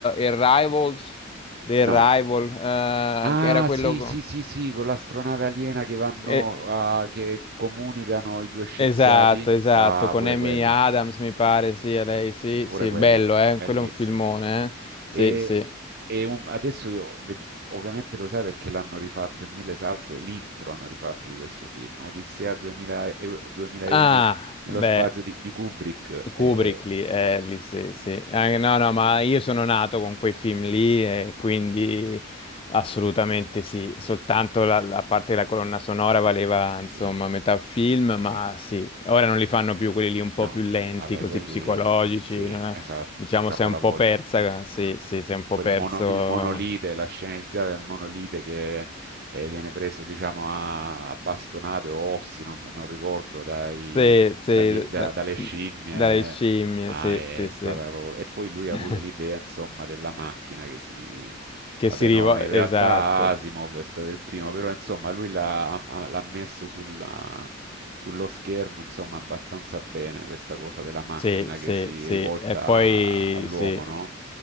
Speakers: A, on the left; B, on the right.
A: Arrivals, The
B: No.
A: Arrival,
B: Ah,
A: eh, che era quello...
B: sì,
A: co-
B: sì, sì, sì, con l'astronave aliena che vanno,
A: eh,
B: ah, che comunicano i due scienziati.
A: Esatto, esatto,
B: Ah,
A: con
B: pure
A: Amy
B: quello.
A: Adams mi pare, sì, è lei, sì,
B: Pure
A: sì, il
B: quello,
A: bello, eh,
B: bellissimo.
A: quello è un filmone, eh, sì,
B: E,
A: sì.
B: e un- adesso io, ved- ovviamente lo sai perché l'hanno rifatto in mille salse, l'intro hanno rifatto di questo film, Odissea 2000 e- 2001
A: Ah,
B: nello
A: beh,
B: spazio di, di Kubrick. e-
A: Kubrick
B: e-
A: lì, eh, lì sì, sì, Eh, no, no, ma io sono nato con quei film lì e quindi assolutamente sì, soltanto la, la parte della colonna sonora valeva,
B: sì,
A: insomma, metà film,
B: sì,
A: ma sì, ora non li fanno più quelli lì un po'
B: no,
A: più lenti,
B: vabbè,
A: così
B: quelli,
A: psicologici,
B: sì,
A: no?
B: esatto,
A: Diciamo,
B: sono capolavori.
A: sei un po' persa, sì, sì, sei un po'
B: Poi
A: perso
B: il, mono, il monolite, la sceneggiata del monolite che eh, viene preso, diciamo, a, a bastonate o ossi, non, non ricordo, dai-
A: Sì, sì,
B: dagli- da-
A: da-
B: dalle scimmie,
A: dalle scimmie,
B: ma
A: sì,
B: è
A: sì,
B: stata
A: sì.
B: proprio... E poi lui ha
A: <laughs>
B: avuto l'idea, insomma, della macchina che si,
A: Che
B: Vabbè,
A: si rivolge,
B: no, in realtà
A: esatto,
B: Asimov è stato il primo, però insomma lui l'ha ha- l'ha messo sulla- sullo schermo, insomma, abbastanza bene questa cosa della macchina
A: sì, sì,
B: che si
A: sì.
B: rivolta
A: E poi,
B: a- all'uomo,
A: sì,
B: no?